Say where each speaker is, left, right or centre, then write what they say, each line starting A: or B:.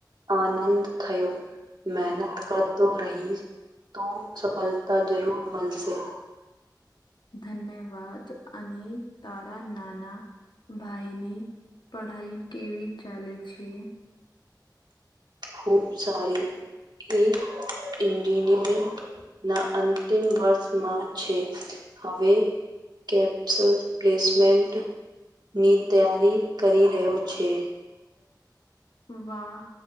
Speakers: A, on the right; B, on the left.
A: આનંદ થયો. મહેનત કરતો રહી તો સફલતા જરૂર મલશે.
B: ધન્યવાદ અને તારા નાના ભાઈની પઢાઈ કેવી ચાલે છે.
A: ખૂબ સારી એ ઈન્જિનિયરિંગ ના અંતિમ વર્ષમાં છે હવે કેપ્સલ પ્લેસમેન્ટ ની તૈયારી કરી રહ્યો છે.
B: વા